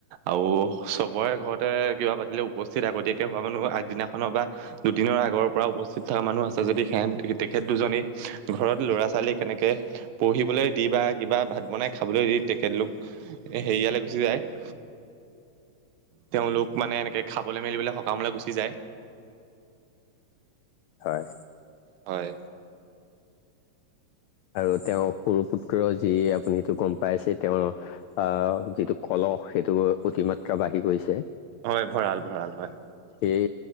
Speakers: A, on the right; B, on the left.
A: আৰু চবৰে ঘ তে কিবা পাতিলে উপসস্থিত আগতীয়াকে হোৱা মানুহ আগদিনাখনৰ বা দুদিনৰ আগৰ পৰা উপস্থিত থকা মানুহ আছে। যদি সিহ তেখেত দুজনী ঘৰত ল'ৰা ছোৱালী কেনেকে পঢ়িবলৈ দি বা কিবা ভাত বনাই খাবলৈ দি তেখেতলোক হেৰিয়ালৈ গুচি যায়। <inaudible> তেওলোক মানে এনেকে খাবলৈ মেলিবলৈ সকামলৈ গুচি যায়।
B: হয়।
A: হয়।
B: আৰু তেওৰ সৰু পুত্ৰ যি আপুনি সটো গম পাইছে তেওৰ আহ যিটো কলম অস সেইটো অতিমাত্ৰা বাঢ়ি গৈছে।
A: হয় ভৰাল - ভৰাল হয়।
B: সেই